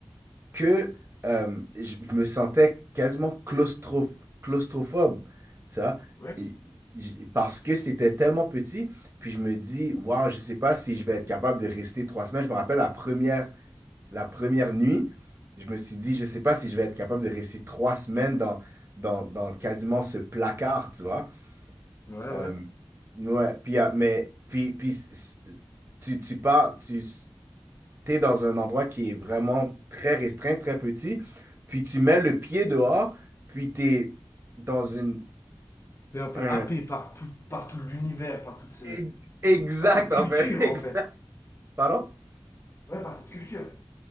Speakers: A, on the right (about 30°); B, on the left (about 30°).
A: que euh, je je me sentais quasiment claustro- claustrophobe, tu vois,
B: Ouais.
A: Et j- parce que c'était tellement petit. Puis je me dis, waouh, je sais pas si je vais être capable de rester trois semaines. Je me rappelle la première la première nuit, je me suis dit, je sais pas si je vais être capable de rester trois semaines dans, dans, dans quasiment ce placard, tu vois.
B: Ouais, ouais.
A: Euh, ouais, puis, ah, mais, puis, puis c- c- tu, tu pars, tu es dans un endroit qui est vraiment très restreint, très petit, puis tu mets le pied dehors, puis tu es dans une,
B: T'es un peu
A: un...
B: happé par tout, par tout l'univers, par toute ces...
A: e, Exact,
B: ah, cette culture,
A: en fait, <laughs> exact.
B: en fait.
A: Pardon?
B: Ouais, par cette culture.